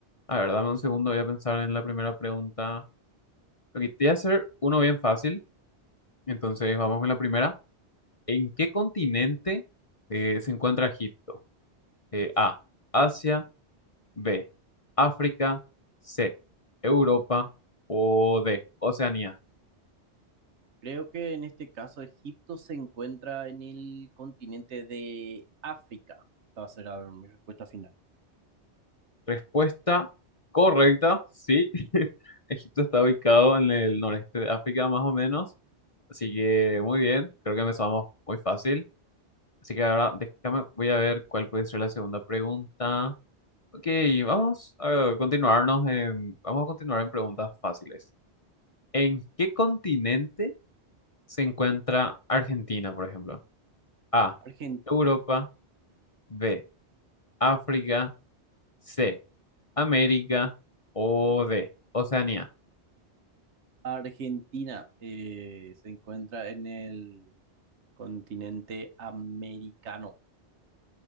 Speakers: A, on the left; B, on the right.
A: A ver, dame un segundo, voy a pensar en la primera pregunta. Ok, te voy a hacer uno bien fácil, entonces vamos con la primera. ¿En qué continente eh, se encuentra Egipto? Eh, A. Asia. B, África, C, Europa o D, Oceanía.
B: Creo que en este caso Egipto se encuentra en el continente de África. Esta va a ser ah, mi respuesta final.
A: Respuesta correcta, sí. <laughs> Egipto está ubicado en el noreste de África más o menos, así que muy bien, creo que empezamos muy fácil. Así que ahora déjame, voy a ver cuál puede ser la segunda pregunta. Ok, vamos a continuarnos en- vamos a continuar en preguntas fáciles. ¿En qué continente se encuentra Argentina, por ejemplo? A,
B: Argen-
A: Europa, B, África, C, América o D, Oceanía.
B: Argentina eh, se encuentra en el continente americano.